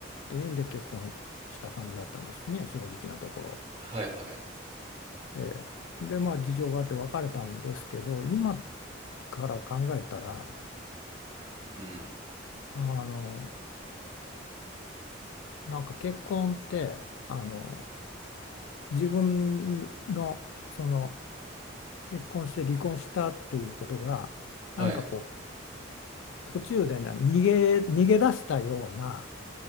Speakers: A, on the left (about 80°); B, on the right (about 30°).
A: ていうんで結婚した感じだったんですね正直なところ。
B: はいはい、
A: ええでまあ事情があって別れたんですけど今から考えたら
B: うん、
A: あのなんか結婚ってあの自分のその結婚して離婚したっていうことがなんかこ
B: はい、
A: う途中でね逃げ、逃げ出したような